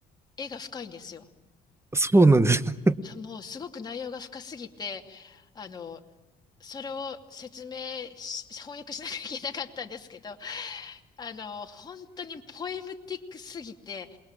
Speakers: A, on the left (about 25°); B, on the right (about 15°).
A: 絵が深いんですよ。
B: <laughs> そうなんです。
A: もうすごく内容が深すぎて、あの、それを説明し、翻訳しなきゃいけなかったんですけど、あの、本当にポエムティックすぎて、